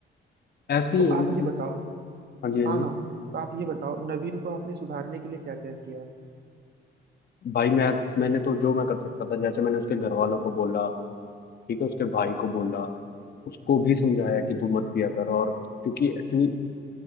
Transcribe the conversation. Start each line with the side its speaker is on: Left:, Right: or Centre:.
Left: ऐसे ही
Right: तो
Left: है
Right: आप
Left: मतलब
Right: ये बताओ
Left: हाँ जी हाँ
Right: हाँ
Left: जी
Right: हाँ तो आप ये बताओ नवीन को आपने सुधारने के लिए क्या क्या किया
Left: भाई मैं मैंने तो जो मैं कर सकता था जैसे मैंने उसके घर वालों को बोला ठीक है उसके भाई को बोला उसको भी समझाया कि तू मत पिया कर और क्योंकि एक्चुअली